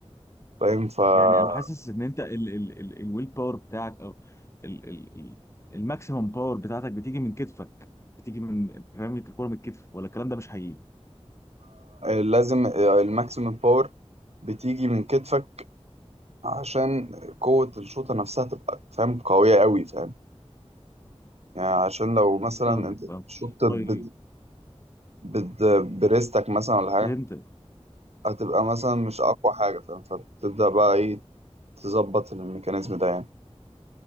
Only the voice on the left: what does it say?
يعني انا حاسس ان انت ال ال ال الويل باور بتاعك او ال ال ال الماكسيمم باور بتاعتك بتيجي من كتفك بتيجي من فاهم الكوره من الكتف ولا الكلام ده مش حقيقي
فاهمك
فاهم
طيب
فهمت